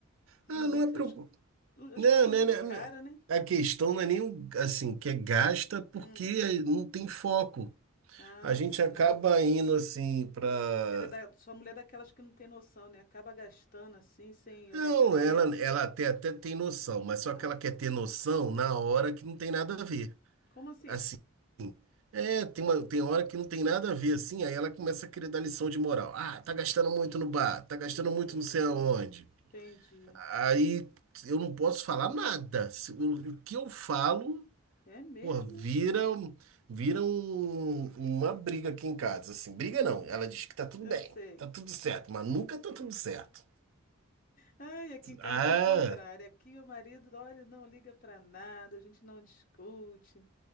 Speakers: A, on the left (about 40°); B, on the right (about 70°).
A: E
B: Ah,
A: o ruim
B: não
A: é
B: é
A: que
B: preocup...
A: as, as
B: Não,
A: coisas são
B: né,
A: tudo
B: né,
A: cara,
B: né.
A: né?
B: A questão não é nem o- assim, que é gasta porque
A: Hum.
B: é, não tem foco.
A: Ah,
B: A gente
A: sim.
B: acaba indo assim pra.
A: Ela é da, sua mulher é daquelas que não tem noção, né? Acaba gastando assim, sem
B: Não,
A: olhar preço.
B: ela, ela até, até tem noção, mas
A: Ah,
B: só que ela quer
A: tá.
B: ter noção na hora que não tem nada a ver.
A: Como assim?
B: assim, é, tem uma, tem hora que não tem nada a ver, assim, aí ela começa a querer dar lição de moral. Ah, tá gastando muito no bar, tá gastando
A: Hum,
B: muito não sei aonde.
A: entendi.
B: Aí eu não posso falar nada. Se- O, o que eu falo,
A: É mesmo,
B: porra, vira,
A: é?
B: um- vira um- uma briga aqui em casa, assim. Briga não, ela diz que tá tudo
A: Eu
B: bem,
A: sei.
B: tá tudo certo, mas nunca tá tudo certo.
A: Ai, aqui em casa
B: Ah,
A: é o contrário. Aqui o marido, olha, não liga pra nada, a gente não discute.